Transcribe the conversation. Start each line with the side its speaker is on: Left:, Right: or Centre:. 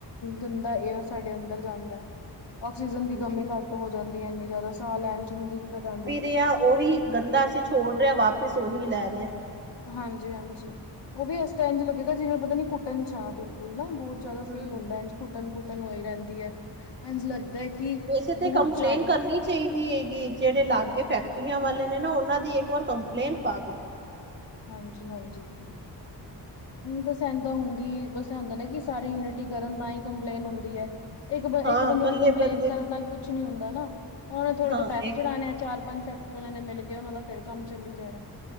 Left: ਗੰਦਾ ਏਅਰ ਸਾਡੇ ਅੰਦਰ ਜਾਂਦਾ ਹੈ। ਆਕਸੀਜਨ
Right: ਹੂੰ।
Left: ਦੀ ਕਮੀ ਘੱਟ ਹੋ ਜਾਂਦੀ ਹੈ ਇੰਨੀ ਜ਼ਿਆਦਾ ਸਾਹ ਲੈਣ ਚ ਨਹੀਂ ਦਿੱਕਤ ਆਉਂਦੀ।
Right: ਤੇ ਆ ਉਹ ਵੀ। ਗੰਦਾ ਅਸੀਂ ਛੋੜ ਰਹਾਂ ਵਾਪਿਸ ਉਹੀ ਲੈ ਰਹੇ ਹਾਂ।
Left: ਹਾਂਜੀ ਹਾਂਜੀ ਉਹ ਵੀ ਇਸ ਤਰ ਇੰਝ ਲੱਗੇਗਾ ਜਿਵੇਂ ਪਤਾ ਨੀ ਕੁੱਟਣ ਛਾਂ ਬਿਲਕੁਲ ਨਾ ਬਹੁਤ। ਜ਼ਿਆਦਾ
Right: ਹੂੰ।
Left: ਫੀਲ ਹੁੰਦਾ ਐ ਕੁੁੱਟਣ ਕੁੁਟਣ ਹੋ ਹੀ ਰਹਿੰਦੀ ਹੈ ਇੰਜ ਲੱਗਦਾ। ਕਿ
Right: ਵੈਸੇ ਤੇ
Left: ਬਹੁਤ
Right: ਕੰਪਲੇਂਟ
Left: ਜ਼ਿਆਦਾ।
Right: ਕਰਨੀ ਚਾਹੀਦੀ ਹੈਗੀ ਜਿਹੜੇ ਲਾਗੇ ਫੈਕਟਰੀਆਂ ਵਾਲੇ ਨੇ ਨਾ ਉਹਨਾਂ ਦੀ ਇੱਕ ਵਾਰ ਕੰਪਲੇਂਟ ਪਾ ਦੋ।
Left: ਹਾਂਜੀ ਹਾਂਜੀ। ਬਸ ਇੰਦਾ ਹੁੰਦੀ ਬਸ ਹੁੰਦਾ ਨਾ ਕਿ ਸਾਰੀ ਯੂਨਿਟੀ ਕਰਨ ਤਾਂ ਹੀ ਕੰਪਲੇਂਨ ਹੁੰਦੀ ਹੈ। ਇੱਕ ਬ
Right: ਹਾਂ
Left: ਇੱਕ ਬੰਦੇ
Right: ਇਕੱਲੇ
Left: ਦੀ ਕੰਪਲੇਂਟ
Right: ਬੰਦੇ
Left: ਕਰਨ
Right: ਦੀ
Left: ਨਾਲ ਕੁੱਝ। ਕੁਛ ਨੀ ਹੁੰਦਾ ਨਾ ਉਹਨੇ ਥੋੜੇ
Right: ਹਾਂ
Left: ਜਿਹੇ ਪੈਸੇ
Right: ਇਹ
Left: ਚੜਾਉਣੇ ਆ ਚਾਰ ਪੰਜ। ਨੇ ਮਿਲ ਗਿਆ ਉਹਨਾਂ ਦਾ ਫਿਰ ਕੰਮ ਚੱਲੀ ਜਾਣਾ।